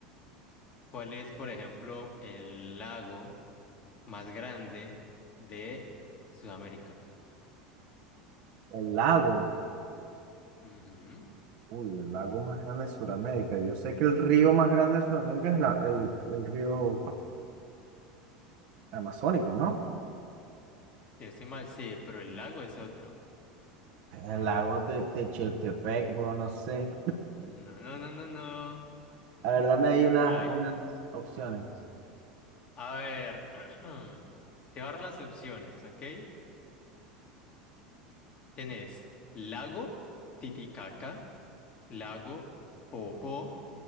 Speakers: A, on the left (about 35°); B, on the right (about 50°).
A: ¿Cuál es, por ejemplo, el lago más grande de Sudamérica?
B: El lago.
A: Ujú.
B: Uy, el lago más grande de Sudamérica. Yo sé que el río más grande de Sudamérica es la- el, el río amazónico, ¿no?
A: Si no estoy mal, sí, pero el lago es otro.
B: El lago de Techeltepec, bro, no sé.
A: No, no, no, no, no.
B: A ver, dame ahí unas,
A: Ay,
B: unas opciones.
A: a ver, <clears throat> te voy a dar las opciones, ¿ok? Tienes lago Titicaca, lago Popo